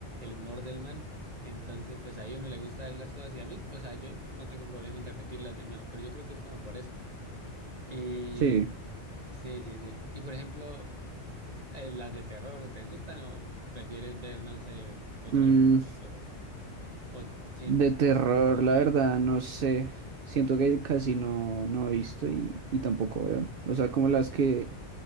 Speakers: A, on the right (about 35°); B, on the right (about 60°).
A: humor del man. Entonces, pues ahí uno le gusta verlas todas y a mí, o sea, yo no tengo problema en repetirlas de nuevo, pero yo creo que es como por eso. Y
B: Sí.
A: sí, sí, sí. Y por ejemplo, eh, las de terror, ¿te gustan o prefieres ver, no sé, otra
B: mm,
A: tipo de cosas? O sin-
B: de terror,
A: sin- sin
B: la
A: mirar.
B: verdad, no sé. Siento que casi no, no he visto y, y tampoco veo. O sea, como las que